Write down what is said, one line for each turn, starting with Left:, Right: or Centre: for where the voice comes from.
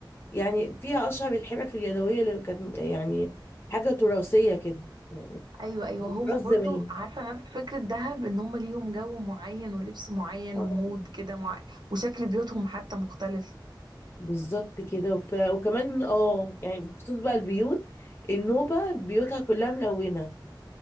Left: يعني فيها أشهر الحرف اليدوية اللي كانت يعني حاجة تراثية كده يعني
Right: ايوه ايوه هما
Left: تراث
Right: برضو
Left: زمان
Right: عارفه نفس فكره دهب ان هما ليهم جو معين ولبس معين
Left: اه
Right: ومود كده معين وشكل بيوتهم حتى مختلف
Left: بالظبط كده ف... وكمان اه يعني بخصوص بقى البيوت النوبة بيوتها كلها ملونة